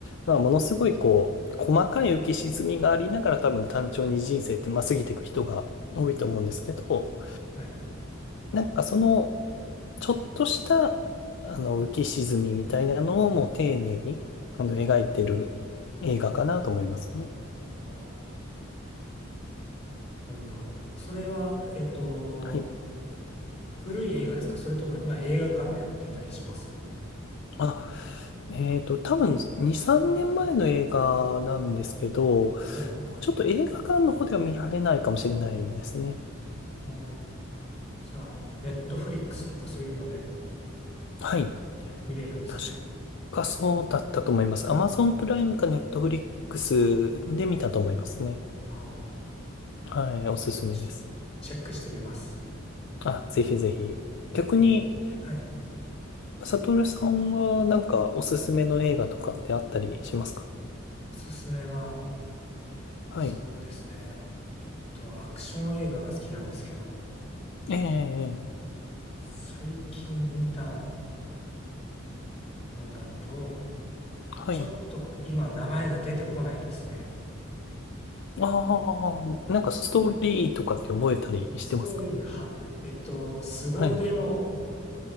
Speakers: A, on the left (about 60°); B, on the left (about 30°).
A: まあ、ものすごいこう、細かい浮き沈みがありながら多分単調に人生ってまあ過ぎていく人が多いと思うんですけど、
B: はい。
A: なんかその、ちょっとした、あの、浮き沈みみたいなのをもう丁寧に、あの、描いてる映画かなと思いますね。
B: おー今度それは、えっと、
A: はい。
B: 古い映画ですか？それとも今映画館でやってたりします？
A: あ、えっと、多分2、3年前の映画なんですけど、も
B: はい。
A: うちょっと映画館の方では見られないかもしれないですね。
B: おーじゃあ、ネットフリックスとかそういうので
A: はい。
B: 見れるんですかね？
A: 確かそうだったと思います。Amazon プライムか Netflix で見たと思いますね。
B: ああ、
A: はい、おすすめです。
B: ちょチェックしてみます。
A: あ、ぜひぜひ。逆に、
B: 僕いはい。
A: サトルさんはなんかおすすめの映画とかってあったりしますか
B: おすすめは、
A: はい。
B: そうですね。えっと、アクション映画が好きなんですけど、
A: ええ、ええ
B: 最近見たのだと、
A: はい。
B: ちょっと今名前が出てこないですね。
A: ああ、なんかストーリーとかって覚えたりしてますか
B: ストーリーが、<laughs> えっと、凄腕の、
A: はい。